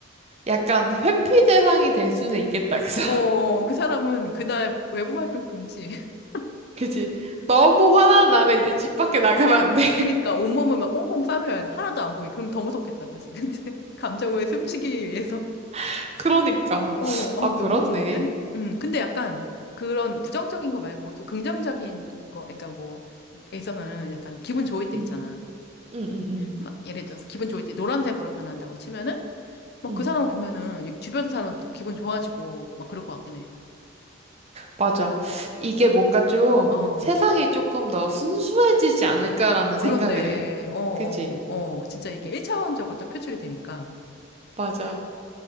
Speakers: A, on the right; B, on the left.
A: 약간 회피 대상이 될 수는 있겠다, 그 사람.
B: 어,
A: <laughs>
B: 그 사람은 그날 외부 활동 금지. <laughs>
A: 그지? 너무 화나는 날에 이제 집 밖에 나가면 안 돼.
B: 그니까 온몸을 막 꽁꽁 싸매야 돼. 하나도 안 보이게. 그럼 더 무섭겠다, 그지? 근데 <laughs> 감정을 숨기기 위해서.
A: <laughs> 그러니까.
B: 어, 어우,
A: 아, 그렇네.
B: 너무 무서운데? 음, 근데 약간 그런 부정적인 거 말고 좀 긍정적인 거, 그러니까 뭐, 에 있어서는 약간 기분 좋을 때
A: 응,
B: 있잖아.
A: 응, 응, 응.
B: 막 예를 들어서 기분 좋을 때 노란색으로 변한다고 치면은 막
A: 응,
B: 그 사람 보면은 주변 사람도 기분 좋아지고 막 그럴 것 같긴 해.
A: 맞아. 이게 뭔가 좀
B: 어.
A: 세상이 조금 더 순수해지지 않을까라는
B: 그렇네.
A: 생각을 해.
B: 어, 어,
A: 그지?
B: 어. 진짜 이게 1차원적으로 딱 표출이 되니까.
A: 맞아.